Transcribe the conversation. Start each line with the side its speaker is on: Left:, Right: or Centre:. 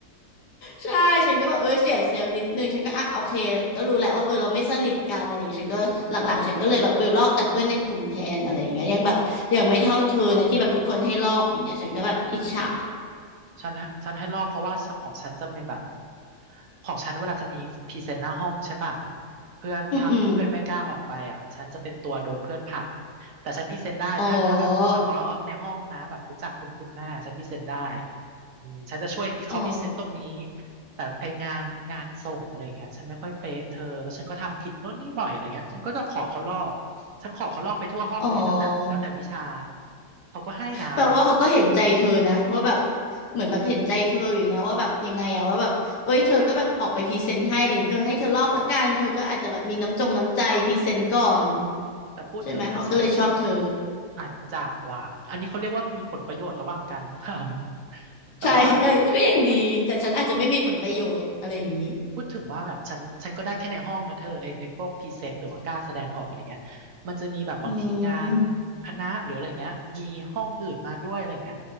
Left: ใช่ฉันก็แบบเออเสียเซลล์นิดนึงฉันก็อ่ะโอเคก็รู้แหละว่าเออเราไม่สนิทกันอะไรอย่างเงี้ยฉันก็หลังๆฉันก็เลยแบบเออลอกแต่เพื่อนในกลุ่มแทนอะไรอย่างเงี้ยยังแบบยังไม่เท่าเธอนะที่แบบทุกคนให้ลอกอย่างเงี้ยฉันก็แบบอิจฉา
Right: อ๋ออ๋อ ฉันฉันให้ลอกเพราะว่าของฉันจะเป็นแบบของฉันเวลาจะมีพรีเซนต์หน้าห้องใช่ป่ะเพื่อนถ้าเพื่อนไม่กล้าออกไปอ่ะฉันจะเป็นตัวโดนเพื่อนผลัก
Left: อืมอืม
Right: แต่ฉันพรีเซนต์ได้ถ้าถ้าแบบเฉพาะในห้องนะแบบรู้จักคุ้นคุ้นหน้าฉันพรีเซนต์ได้
Left: อ๋อ
Right: อืมฉันจะช่วยเขาพรีเซนต์ตรงนี้
Left: อ๋อ
Right: แต่ไองานงานส่งอะไรอย่างเงี้ยฉันไม่ค่อยเป๊ะเธอแล้วฉันก็ทำผิดโน่นนี่บ่อยอะไรเงี้ยฉันก็จะขอเขาลอกฉันขอเขาลอกไปทั่วห้องเลยแล้วแต่แล้วแต่วิชา
Left: อ๋อ
Right: เขาก็ให้นะ
Left: แต่ว่าเขาก็เห็นใจเธอนะว่าแบบเหมือนแบบเห็นใจเธออยู่นะว่าแบบยังไงอะว่าแบบเอ้ยเธอก็แบบออกไปพรีเซนต์ให้อะไรอย่างเงี้ยเออให้เธอลอกละกันเธอก็อาจจะแบบมีน้ำจงน้ำใจพรีเซนต์ก่อน
Right: เออ แต่พูดถึงอะฉันฉัน
Left: ใช่ไหมเขาก็เลยชอบเธอ
Right: อาจจะว่าอันนี้เขาเรียกว่ามีผลประโยชน์ระหว่างกันเปล่า <laughs> แต่ว่า
Left: ใช่ใช่ก็ยังดีแต่ฉันอาจจะไม่มีผลประโยชน์อะไรอย่างนี้
Right: พูดพูดถึงว่าแบบฉันฉันก็ได้แค่ในห้องนะเธอไอไอพวกพรีเซนต์หรือว่ากล้าแสดงออกอะไรเงี้ยมันจะมีแบบบางทีงาน
Left: อืม
Right: คณะหรืออะไรเงี้ยมีห้องอื่นมาด้วยอะไรเงี้ย